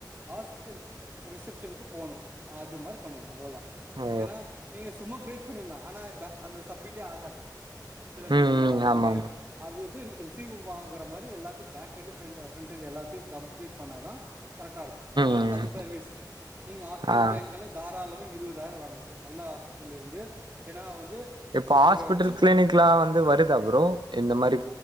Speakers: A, on the right; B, on the right.
A: ஹாஸ்டல் ரிசப்ஷனுக்கு போணும் அது மாரி பண்ணணும் அவ்வளோதான்
B: ஓ
A: ஏன்னா நீங்க சும்மா கிரியேட் பண்ணிடலாம் ஆனா இப்ப அந்த சப்மிட்டே ஆகாது சில <unintelligible>
B: ம் ம்
A: இந்த
B: ஆமா
A: மாரி
B: ஆமா
A: அது வந்து ரிசீவ் ஆகற மாரி எல்லாத்தையும் பேகெண்டு ஃப்ரண்டு ஃப்ரண்டெண்டு எல்லாத்தையும் கம்ப்ளீட் பண்ணா தான் கரெட்டா இரு அதனால
B: ம்
A: தான் இந்த சர்வீஸ் நீங்க ஹாஸ்பிட்
B: ஆ
A: க்லைன்க்லாம் தாராளம் இருவதாயிரம் வாங்கலாம் நல்ல ஹாஸ் பிடல் இருந்து ஏன்னா வந்து
B: இப்போ ஹாஸ்பிட்டல்
A: ஒரு சின்
B: கிளினிக் லா வந்து வருதா ப்ரோ இந்த மாரி